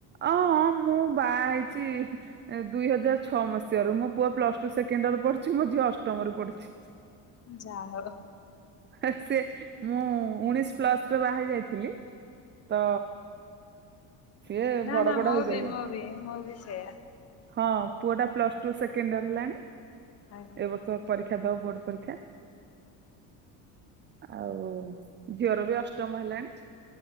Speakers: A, on the right (about 30°); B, on the left (about 40°).
A: ଓ ହଁ ମୁଁ ବାହା ହେଇଛି ଏ ଦୁଇ ହଜାର ଛଅ ମସିହାଆରୁ ମୋ ପୁଅ ପ୍ଲସ ଟୁ ସେକେଣ୍ଡ ଇୟର ପଢୁଛି ମୋ ଝିଅ ଅଷ୍ଟମରେ ପଢୁଛି।
B: ଯାହଉ।
A: ଆ ସେ ମୁଁ ଉଣୀସି ପ୍ଲସ ରେ ବାହା ହେଇ ଯାଇଥିଲି। ତ ସିଏ
B: ନା
A: ବଡ
B: ନା
A: ବଡ
B: ମୋ
A: ହେଇଗଲେଣି।
B: ବି ମୋ ଵି ମୁଁ ବିି ସେୟା।
A: ହଁ ପୁଅ ଟା ପ୍ଲସ ଟୁ ସେକେଣ୍ଡିଅର୍ ହେଲାଣି
B: ଆଜ୍ଞା।
A: ଏ ବର୍ଷ ପରୀକ୍ଷା ଦବ ବୋର୍ଡ ପରୀକ୍ଷା ଆଉ ଝିଅର ବି ଅଷ୍ଟମ ହେଲାଣି।